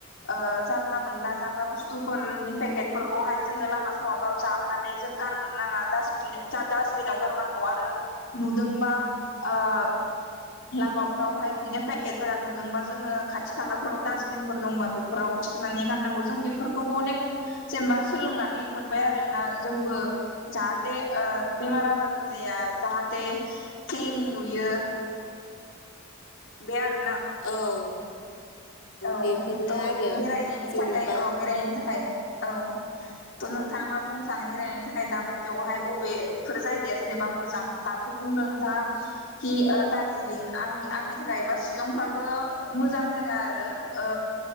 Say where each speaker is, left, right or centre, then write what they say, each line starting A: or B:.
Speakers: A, on the left; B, on the left.
A: ओ जानला मोनला जाग्रा बुस्थुफोर नि पेकेटफोरखौहाय जोङो लामा सामाफ्राव जानानै जों गारबोनो नाङा दास्टबिन जोंहा थाबसिनाव गार नांगौ आरो नुदोंबा ओ लामाफ्रावहाय बिदिनो पेकेटफोरा नुदोंबा जोङो खाथि खालाफ्राव दास्टबिनफोर दंबा बेफोराव सानै गारनांगौ जों बेफोरखौबो अनेक जेनेबा सोलोंनानै मोनबाय आरोना जोंबो जाहाथे ओ बेमार आजारबो जाया जाहाथे क्लिन नुयो बेआरो‌ ना
B: औ
A: औ
B: बेफोरनो
A: थ'
B: आरो
A: बेरायनायनि
B: जेनेबा
A: थाखाय औ बेरायनायनि थाखाय औ थ' नोंथाङा मा बुंनो सानो बेरायनायनि थाखाय दाबायदियावहाय अबेफोर जायगाया जेने बा दाथ' बुंदों नोंथाङा खि ओ दारजिलिं आंनि आंनि थाखायाबा सिलंफ्राबो मोजां जायगा आरो‌ ओ